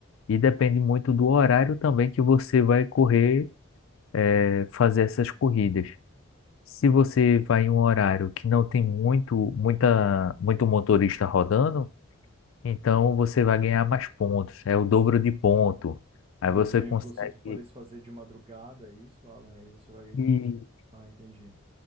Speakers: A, on the left; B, on the right.
A: e depende muito do horário também que você vai correr, eh, fazer essas corridas. Se você vai em um horário que não tem muito, muita, muito motorista rodando, então você vai ganhar mais pontos. É o dobro de ponto. Aí
B: Por
A: você
B: exemplo,
A: consegue.
B: se tu fores fazer de madrugada é isso, Alan, aí você vai.
A: E-
B: Ah, entendi.